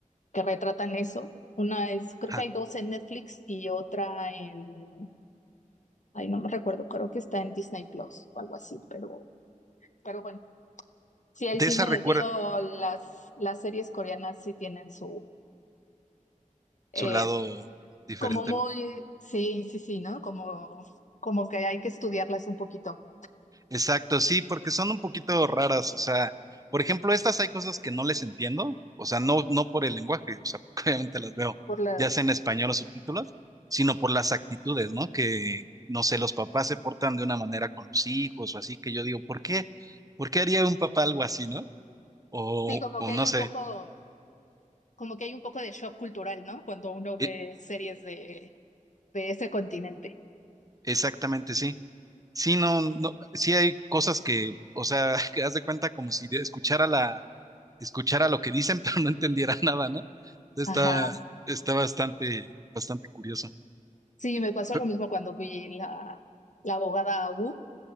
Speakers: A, on the left; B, on the right.
A: que retratan eso. Una es, creo
B: ajá.
A: que hay dos en Netflix y otra en, ay, no me recuerdo, creo que está en Disney Plus o algo así, pero, pero bueno. Sí, el
B: De
A: cine,
B: esa recuerda,
A: digo, las, las series coreanas sí tienen su, eh,
B: su lado diferente,
A: Como muy,
B: ¿no?
A: sí, sí, sí, ¿no? Como, como que hay que estudiarlas un poquito
B: Exacto, sí, porque son un poquito raras, o sea, por ejemplo, estas hay cosas que no les entiendo, o sea, no, no por el lenguaje, o sea, <laughs> porque obviamente las veo
A: por la,
B: ya sea en español o subtítulos, sino por las actitudes, ¿no? Que, no sé, los papás se portan de una manera con los hijos o así, que yo digo, ¿por qué? ¿Por qué haría un papá algo así, ¿no? O,
A: sí, como
B: o
A: que
B: no
A: hay un
B: sé,
A: poco, como que hay un poco de shock cultural, ¿no? Cuando uno ve
B: e-
A: series de, de ese continente.
B: exactamente, sí. Sí, no, no, sí hay cosas que, o sea, <laughs> que haz de cuenta como si de- escuchara la escuchara lo que dicen, <laughs> pero no entendiera nada, ¿no? Está,
A: Ajá.
B: está bastante, bastante curioso.
A: Sí, me pasó
B: Pe-
A: lo mismo cuando vi la, la abogada Wu,